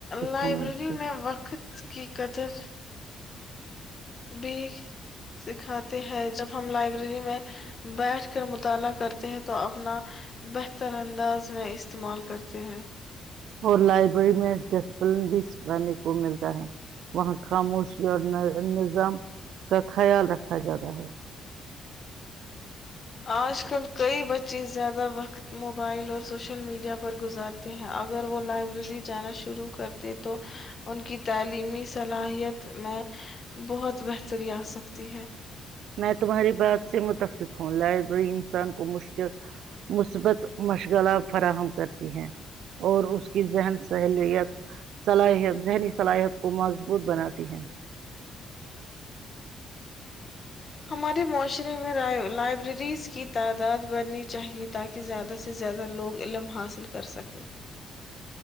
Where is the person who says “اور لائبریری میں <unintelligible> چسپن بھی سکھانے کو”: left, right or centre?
Right